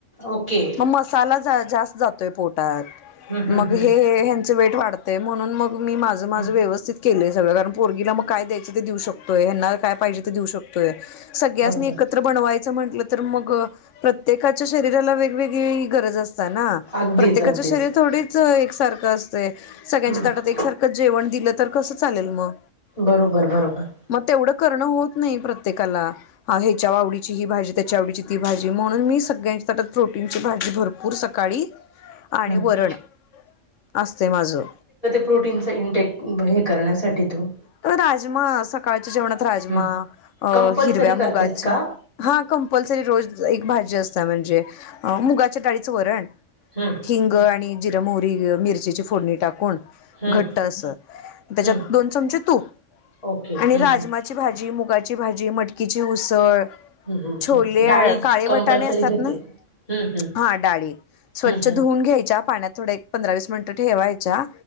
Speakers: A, on the left; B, on the left.
A: ओके.
B: मग मसाला ज जास्त जातय पोटात
A: हम्म हम्म
B: मग
A: हम्म
B: हे ह्यांच वेट वाढ तय म्हणून मग मी माझं माझं
A: हम्म
B: व्यवस्थित केलंय सगळं कारण पोरगी ला मग काय द्यायच ते देऊ शकतय ह्यांना काय पाहिजे ते देऊ शकतो. तोय सगळ्यासनी
A: बरोबर
B: एकत्र बनवायचं म्हंटलं तर मग प्रत्येकाच्या शरीराला वेगवेग गरज असत ना
A: अगदीच
B: प्रत्येकाच
A: अगदीच
B: शरीर थोडीच एक सारखं असतय. सगळ्यांच्या
A: हम्म
B: ताटात एकसारखं जेवण दिलं तर कसं चालेल मग?
A: बरोबर बरोबर
B: मग तेवढं करणं होत नाही प्रत्येकाला. ह्याच्या आवडीची ही भाजी त्याच्या आवडीची ती भाजी म्हणून मी सगळ्यांच्या ताटात प्रो ची भाजी भरपूर सकाळी आणि
A: हम्म
B: वरण असतेय माझं.
A: प्रोटीनचा इनटेक हे करण्यासाठी तो
B: तर राजमा सकाळच्या जेवणात राजमा
A: हम्म
B: अ
A: कंपल्सरी
B: हिरव्या मुगाच
A: करतेस का
B: हा कंपल्सरी रोज एक भाजी असत म्हणजे मुगाच्या डाळीचं वरण
A: हम
B: हिंग आणि जिर मोरी मिरचीची फोडणी टाकून
A: हम्म
B: घट अस त्याच्यात
A: हम्म
B: दोन चमचे तूप
A: ओके
B: आणि
A: हम्म
B: राज
A: हम्म
B: आमाची भाजी मुगाची भाजी मटककीची उसळ
A: हम्म हम्म
B: छोले
A: डाळी
B: काळे
A: कंपल्सरी
B: वटाणे असतात
A: घेते
B: ना
A: हम्म हम्म
B: हा डाळी स्वच्छ
A: हं हं
B: धुवून घ्यायच्या पाण्यात थोडे पंधरा वीस मिनिटं ठेवायच्या